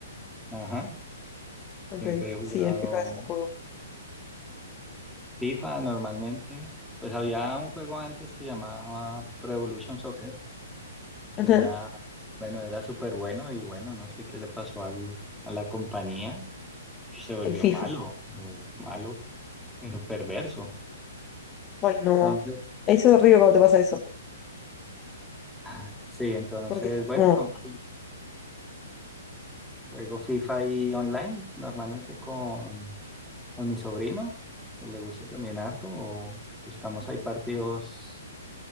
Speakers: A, in the centre; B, on the left.
A: ajá,
B: Ok,
A: siempre he jugado
B: sí, el FIFA es un juego.
A: FIFA normalmente. Pues había un juego antes que llamaba Pro Evolution Soccer, que
B: Ajá,
A: era, bueno, era súper bueno y bueno, no sé qué le pasó al, a la compañía. Se volvió
B: el FIFA.
A: malo, pero malo, pero perverso.
B: Ay, no.
A: Entonces,
B: Eso es horrible cuando te pasa eso.
A: <laughs> sí, entonces,
B: Porque es
A: bueno,
B: como,
A: con- Juego FIFA y online, normalmente con, con mi sobrino, que le gusta también harto, o buscamos ahí partidos